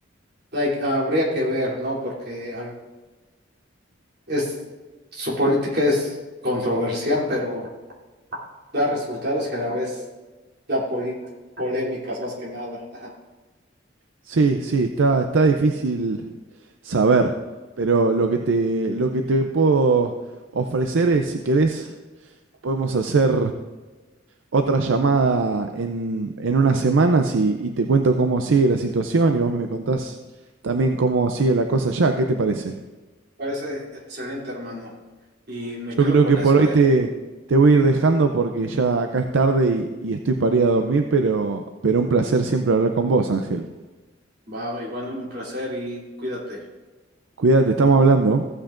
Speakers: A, on the right; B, on the right.
A: hay, habría que ver, ¿no? Porque es, su política es controversial, pero da resultados y a la vez da poli- polémicas más que nada. Ajá.
B: Sí, sí, está, está difícil saber, pero lo que te, lo que te puedo ofrecer es, si querés, podemos hacer otra llamada en, en unas semanas y, y te cuento cómo sigue la situación y vos me contás también cómo sigue la cosa ya. ¿Qué te parece?
A: Parece excelente, hermano. Y me
B: Yo
A: quedo
B: creo
A: con
B: que
A: eso,
B: por hoy
A: ¿eh?
B: te, te voy a ir dejando porque ya acá es tarde y, y estoy para ir a dormir, pero, pero un placer siempre hablar con vos, Ángel.
A: Va, igual un placer y cuídate.
B: Cuídate, estamos hablando.